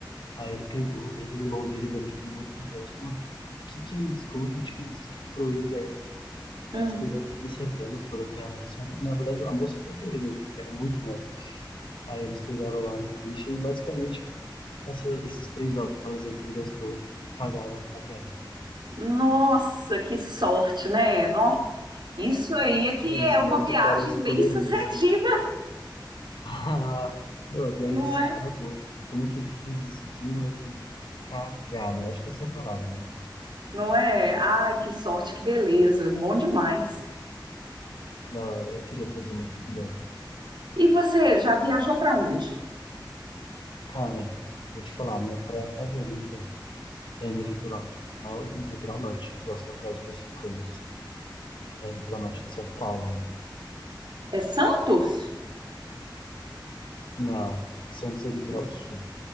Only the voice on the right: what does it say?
Ah,
Nossa, que sorte, né? No- Isso aí é que
é
uma
viagem
bem-sucedida,
não
é?
Não é? Ai, que sorte, que beleza, bom demais.
E você já viajou para onde?
É Santos?
Hum.